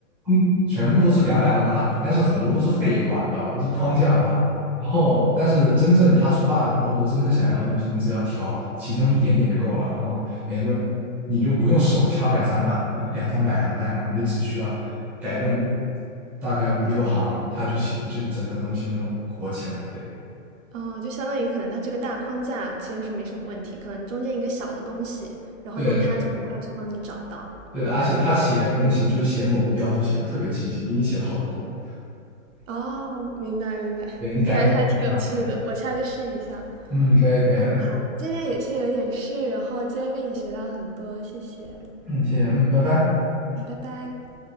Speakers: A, in the centre; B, on the right.
A: 嗯，全部都是两百行打底，但是很多都是废话，你知道吧？都是框架化。然后，但是真正他出 bug 了，或者说真正想要的东西，你只要调其中一点点就够了。然后等于说你就不用手敲两三百两三百行代码，你就只需要改动大概五六行，它就写就整个东西就能火起来。对
B: 哦，就相当于可能它这个大框架其实是没什么问题，可能中间一个小的东西，然后用它就能快速帮你找到。
A: 对对的，而且他写东西就是写某个标注写的特别清晰，比你写的好得多。
B: 哦，明白明白，
A: 对你改动很方便。
B: 感觉还挺有趣的，我下次试一下。
A: 嗯，可以可以的。
B: 嗯，好，这边有些有点事，然后今天跟你学到很多，谢谢，
A: 嗯，谢谢，嗯，拜拜。
B: 嗯拜拜。